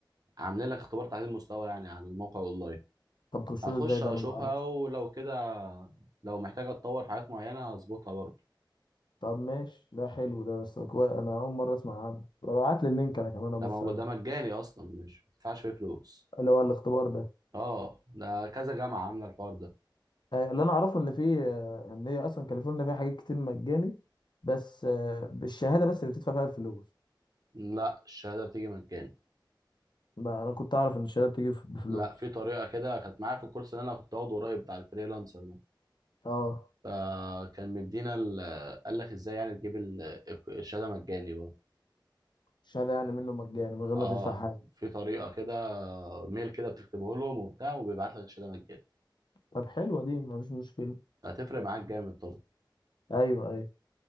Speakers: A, on the right (about 50°); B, on the left (about 65°).
A: عامله لك اختبار تعديل مستوى يعني على الموقع اونلاين
B: طب تخش
A: هخش
B: له ازاي ده
A: اشوفها
B: انا ما اعرفش
A: ولو كده لو محتاجه اتطور في حاجات معينه هظبطها برضه
B: طب ماشي ده حلو ده بس كوي... انا اول مرة اسمع عنه ابعت لي اللينك انا كمان
A: ده
B: ابص
A: مو...
B: عليه
A: ده مجاني اصلا مش بتدفعش فيه فلوس
B: اللي هو الاختبار ده
A: اه ده كذا جامعه عامله الحوار ده
B: آه، اللي انا اعرفه ان في آه، ان هي اصلا كاليفورنيا فيها حاجات كتير مجاني بس آه، بالشهاده بس اللي بتدفع فيها الفلوس
A: لا الشهاده بتيجي مجاني
B: لا انا كنت اعرف ان الشهاده بتيجي ف- بفلوس
A: لا في طريقه كده كانت معايا في الكورس اللي انا كنت واخده قريب بتاع الفريلانسر
B: اه
A: فكان مدينا ال... قال لك ازاي يعني تجيب ال- الشهاده مجاني برضه
B: الشهاده يعني منه مجاني من غير
A: اه
B: ما تدفع حاجه
A: في طريقه كده ميل كده بتكتبه لهم وبتاع وبيبعت لك الشهاده مجاني
B: طب حلوه دي مفيش مشكله
A: هتفرق معاك جامد طبعا
B: ايوه ايوه